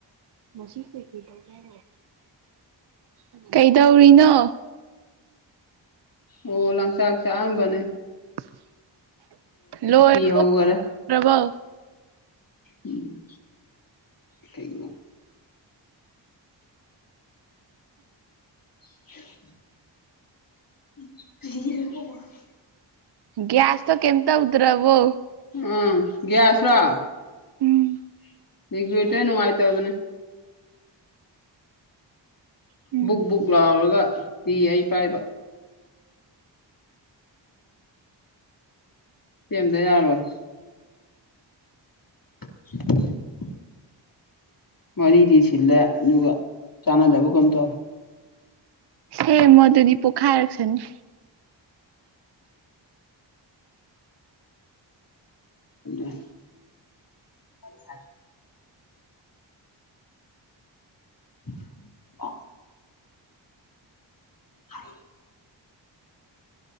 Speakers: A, on the right (about 60°); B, on the left (about 45°).
A: <unintelligible> ꯀꯩꯗꯧꯔꯤꯅꯣ
B: ꯑꯣ ꯂꯪꯆꯥꯛ ꯆꯥꯑꯝꯕꯅꯦ
A: <unintelligible>
B: ꯐꯤ ꯍꯧꯈꯔꯦ ꯎꯝ ꯀꯩꯅꫭ <inaudible> <unintelligible>
A: ꯒꯥꯁ ꯇꯣ ꯀꯩꯝ ꯇꯧꯗꯔꯕꯨ
B: ꯑꯥ ꯒ꯭ꯌꯥꯁꯂꯣꯒꯋꯦꯇꯔ
A: ꯎꯝ
B: ꯅꯨꯡꯉꯥꯏꯇꯕꯅꯦ
A: ꯎꯝ
B: ꯕꯨꯛ ꯕꯨꯛ ꯂꯥꯎꯔꯒ ꯄꯤ ꯑꯩ ꯄꯥꯏꯕ ꯁꯦꯝꯗ ꯌꯥꯔꯣꯏ <inaudible> ꯃꯔꯤꯗꯤ ꯁꯤꯜꯂꯦ ꯑꯗꯨꯒ ꯆꯥꯟꯅꯗꯕ ꯀꯝ ꯇꯧ
A: ꯁꯦ ꯃꯗꯨꯗꯤ ꯄꯣꯛꯈꯥꯏꯔꯛꯁꯅꯤ
B: <inaudible> <unintelligible> <inaudible> ꯍꯥꯏ